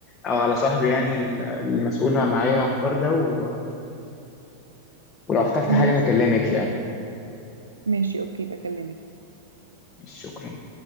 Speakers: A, on the left; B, on the right.
A: أو على صاحبي يعني
B: مم.
A: ال- اللي مسؤول معايا على الحوار ده و- ولو احتجت حاجة
B: ماشي
A: هكلمك يعني
B: ماشي اوكي بكلمك
A: شكرا